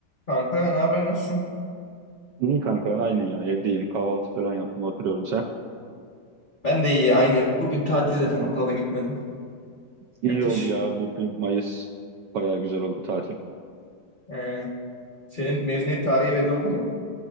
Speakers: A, on the left; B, on the right.
A: Kanka ne haber nasılsın?
B: İyi kanka aynı ya evdeyim kahvaltı falan yaptım oturuyorum sen.
A: Ben de iyi aynı. Bugün tatil zaten okula da gitmedim.
B: İyi
A: Yatış.
B: oldu ya bu bir Mayıs bayağı güzel oldu tatil.
A: Ee, senin mezuniyet tarihi belli oldu mu?